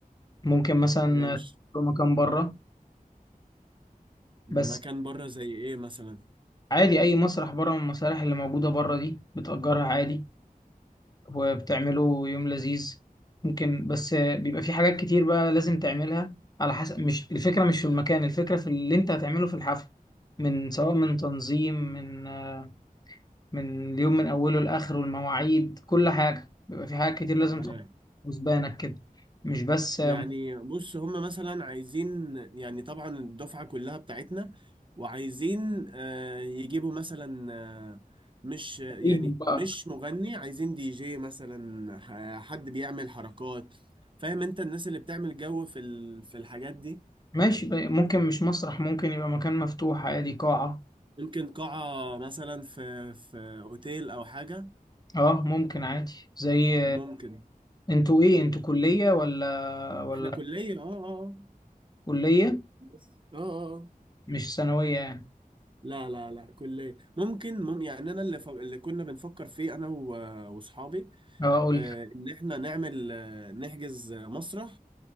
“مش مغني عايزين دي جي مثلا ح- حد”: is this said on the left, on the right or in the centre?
Right